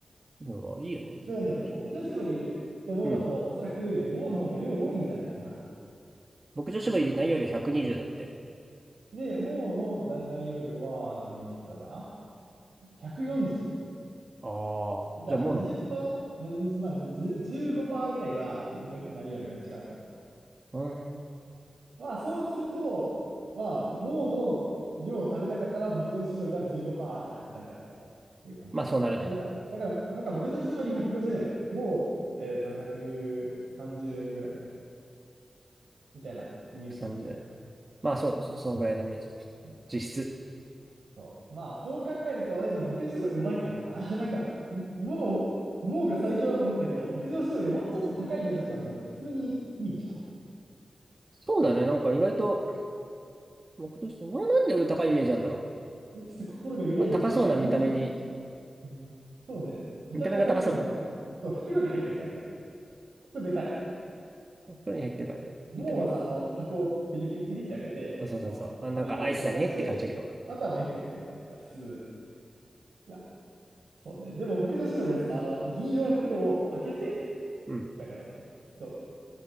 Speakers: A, on the right; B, on the right.
A: でもいいよね、牧場絞り。
B: でもね、牧場絞りともうだと、
A: うん。
B: おそらくもうの方が量多いんじゃないかな。
A: 牧場絞り内容量120だって。
B: で、もうの大内容量は何ミリリットルだ ?145
A: ああ、
B: じゃあまあ20%、
A: じゃあもうのが多い。
B: まあ、20、まあ、10 15%ぐらいはの内容量が違うと。
A: うーん。
B: まあそうすると、まあ、もうの量を食べたかったら牧場搾りは15%だからだという感じかな。
A: まあそうなるね。
B: だから、だから、なんか牧場搾り150円、もう、えっと、130円ぐらいみたいなイメージでいいのかな。
A: 30。まあそう、そ、そんぐらいのイメージだ。
B: うん
A: 実質。
B: と、まあそう考えると、え、でも牧場搾りうまいからな。<laughs> なんか、もう、もうが最強だと思ったけど、牧場搾りもうちょっと高いイメージだったんだけど、普通にいいじゃん。
A: そうだね。なんか意外と、牧場絞り、な、なんで高いイメージなんだろ
B: えちょっと心が揺らいできた。
A: う。まあ、高そうな見た目に
B: 全然、うんそうね。見た目が高そう、
A: 見た目が高そ
B: まず。そう、袋に入ってるからね。ここでかい。
A: う。袋に入ってるからね。
B: もうはさ、
A: 見た目が。
B: あの、箱をペリペリペリって開けて、
A: そうそうそうそう。
B: その、
A: あ、なんかアイスだねって感じだけど。
B: 紙を取り出して、あとはめくって、あ普通。いや、そうね。でも、牧場絞りは、その、あの、銀色の袋を開けて、
A: うん。
B: だからね。そう。